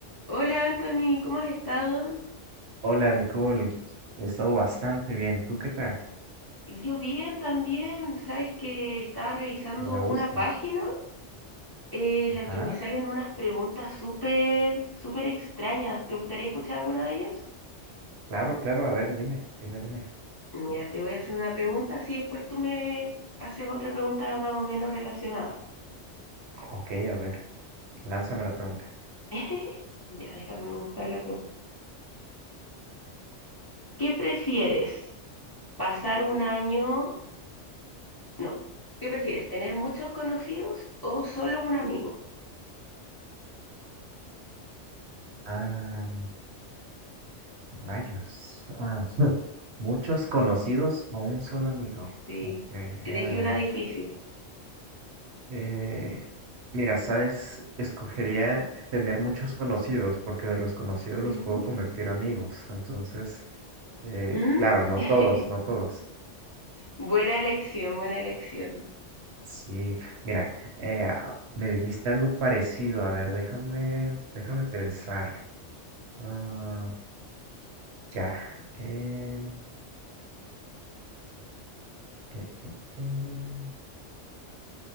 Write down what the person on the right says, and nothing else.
Hola Nicole, he estado bastante bien. ¿Tú qué tal?
Me da
gusto.
Ajá,
claro, claro. A ver, dime, dime, dime.
Ok, a ver, lánzame la pregunta.
Ah, rayos. Ah, <laughs> muchos conocidos o un solo amigo.
Ok. eh,
eh, mira, sabes, escogería tener muchos conocidos porque de los conocidos los
puedo convertir amigos. Entonces, eh,
claro, no
todos, no todos.
Sí, mira, eh, a- me dijiste algo parecido. A ver, déjame, déjame pensar. Ah, ya. em, eh, eh, em,